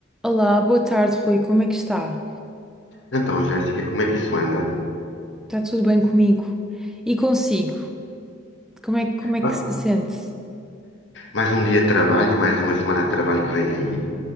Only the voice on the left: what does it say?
Então, Jéssica, como é que isso anda?
Ah,
Mais um dia de trabalho e mais uma semana de trabalho que vem aí.